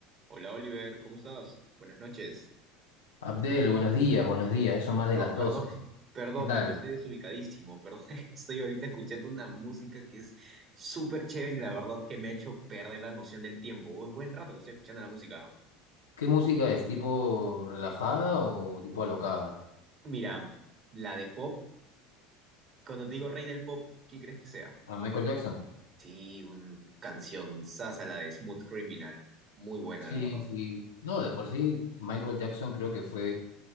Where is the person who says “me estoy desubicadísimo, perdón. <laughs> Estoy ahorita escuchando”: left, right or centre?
Right